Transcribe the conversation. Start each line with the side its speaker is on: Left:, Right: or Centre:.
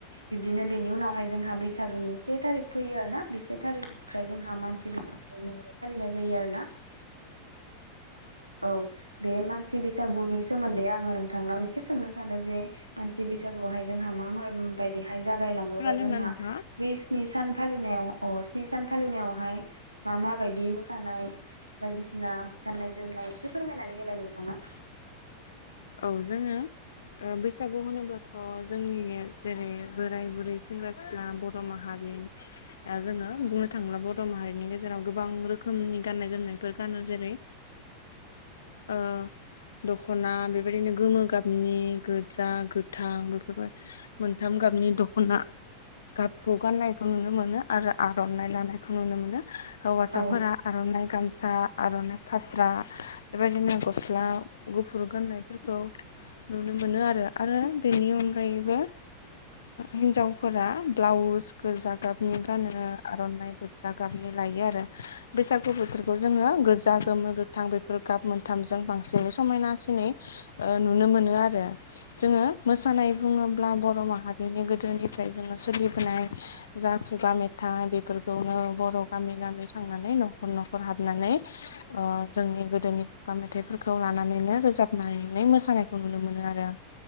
Right: बिब्दिनो बेनि उनावहाय जोंहा बैसागोनि से थारिख फैयो आरो ना‌‌। बे से थारिख निफ्राय जोंहा मानसि बैसागु महरै फालिनाय जायो आरो ना औ बे मानसि बैसागुनि सोमोन्दै आङो नोंथांनाव एसे सोंनो सानो जे मानसि बैसागुआवहाय जोंहा मा मा बायदिहाय जागायलाङोबा
Left: खोनादोंना
Right: जोंहा
Left: नोंथाङा
Right: बै स्नि सान फालिनायाव अ स्नि सान फालिनायावहाय मा मा बायदि मोसानाय बायदिसिना गाननाय जोमनाय एसे फोरमायनानै होलाय नोंथाङा
Left: औ जोङो बैसागु होनोब्लाथ' जोंनि जेरै बोराय बुरै सेंग्रा सिख्ला बर' माहारि जोङो बुंनो थाङोब्ला बर' माहारिनि गेजेराव गोबां रोखोमनि गाननाय जोमनायफोर गानो जेरै ओ दख'ना बेबायदिनो गोमो गाबनि गोजा गोथां बेफोरबाय मोनथाम गाबनि दख'ना गाबखौ गान्नायखौ नुनो मोनो आरो आर'नाइ लानायखौ नुनो मोनो हौवासाफोरा
Right: औ
Left: आर'नाइ गामसा आर'नाइ फास्रा बेबायदिनो गस्ला गुफुर गाननायफोरखौ नुनो मोनो आरो आरो बेनि अनगायैबो हिन्जावफोरा ब्लाउस गोजा गाबनि गानो आर'नाइ गोजा गाबनि लायो आरो बैसागु बोथोरखौ जोङो गोजा गोमो गोथां बे फोर गाब मोनथामजों बांसिनै समायनासिनै नुनो मोनो आरो जोङो मोसानाय बुङोब्ला बर' माहारिनि गोदोनिफ्राय जोङो सोलिबोनाय जा खुगा मेथाइ बेफोरखौनो बर' गामि गामि थांनानै न'खर न'खर हाबनानै ओ जोंनि गोद दोनि खुगा मेथाइफोरखौ लानानैनो रोजाबनानै मोसानायखौ नुनो मोनो आरो